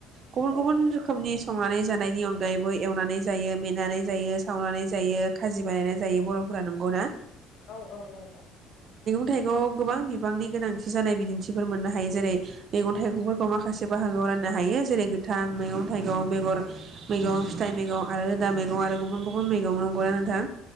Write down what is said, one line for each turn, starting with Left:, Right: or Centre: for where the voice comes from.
Right: गुबुन
Left: औ
Right: गुबुन
Left: औ
Right: रोखोमनि संनानै जानायनि अनगायैबो एवनानै जायो मेनानै जायो, सावनानै जायो, खाजि बानायना जायो बर'फोरा नंगौना?
Left: औ औ नंगौ।
Right: थाइगङाव गोबां बिबांनि गोनां जानाय बिदिन्थिफोर मोननो हायो जेरै मैगं थाइगंफोरखौ माखासे बाहागोआव राननो हायो जेरै गोथां मैगं थाइगं बेगर मैगं फिथाइ मैगं आरो रोदा मैगं आरो गुबुन गुबुन मैगं नंगौ ना नोंथां?